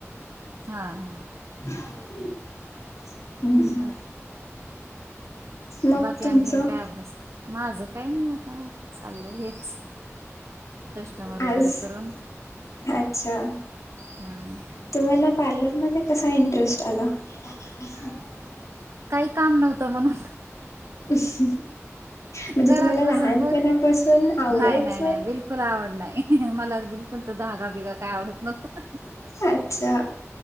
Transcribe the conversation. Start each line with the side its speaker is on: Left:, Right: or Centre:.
Right: हा हा.
Left: <inaudible> हम्म,
Right: मग
Left: मग
Right: बाकी
Left: तुमचं?
Right: आणखीन काय अभ्यास माझं काही नाही आता चाललंय हेच. कस्टमर
Left: आज,
Right: वगैरे करून
Left: अच्छा.
Right: हां
Left: तुम्हाला पार्लरमध्ये कसा इंटरेस्ट आला? अ <inaudible>
Right: काही काम नव्हतं म्हणून.
Left: अ <inaudible> म्हणजे
Right: घरात
Left: तुम्हाला लहान
Right: बसून बोर
Left: पणा पासून आवडायचं?
Right: नाही नाही नाही बिलकुल आवड नाही मला बिलकुल तो धागा विगा काय आवडत नव्हता.
Left: अच्छा, अच्छा.